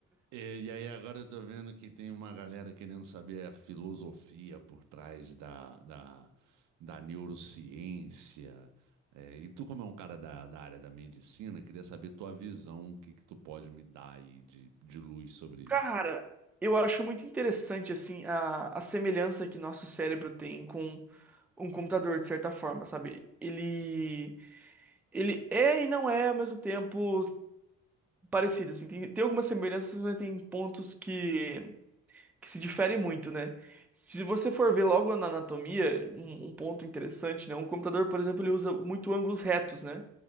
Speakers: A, on the right; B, in the centre.
A: E, e aí agora eu tô vendo que tem uma galera querendo saber a filosofia por trás da, da, da neurociência. É, e tu, como é um cara da, da área da medicina, queria saber tua visão, o que que tu pode me dar aí de, de luz sobre isso.
B: Cara, eu acho muito interessante assim a, a semelhança que nosso cérebro tem com um computador de certa forma, sabe? Ele ele é e não é ao mesmo tempo parecido, assim. Tem, tem algumas semelhanças, mas tem pontos que que se diferem muito, né? Se você for ver logo na anatomia, um, um ponto interessante, né? Um computador, por exemplo, ele usa muito ângulos retos, né?